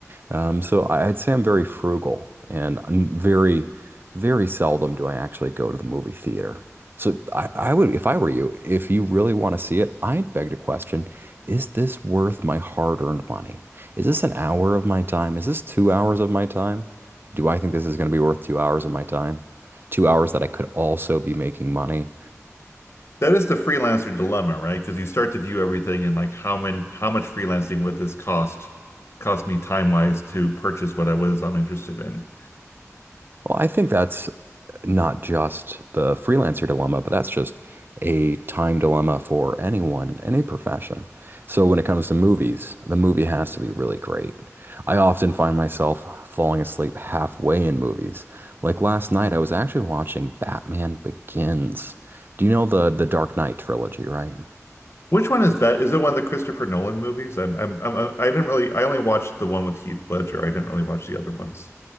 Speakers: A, on the right; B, on the left.
A: Um, so I- I'd say I'm very frugal and n- very, very seldom do I actually go to the movie theater. So I, I would, if I were you, if you really want to see it, I'd beg the question, is this worth my hard-earned money? Is this an hour of my time? Is this two hours of my time? Do I think this is going to be worth two hours of my time? Two hours that I could also be making money?
B: That is the freelancer dilemma, right? Because you start to view everything and like how many, how much freelancing would this cost cost me time wise to purchase what I was I'm interested in.
A: Well, I think that's not just the freelancer dilemma, but that's just a time dilemma for anyone in any profession. So when it comes to movies, the movie has to be really great. I often find myself falling asleep halfway in movies. Like last night, I was actually watching Batman Begins. Do you know the the Dark Knight trilogy, right?
B: Which one is that? Is it one of the Christopher Nolan movies? I'm I'm, I'm uh, I didn't really I only watched the one with Heath Ledger. I didn't really watch the other ones.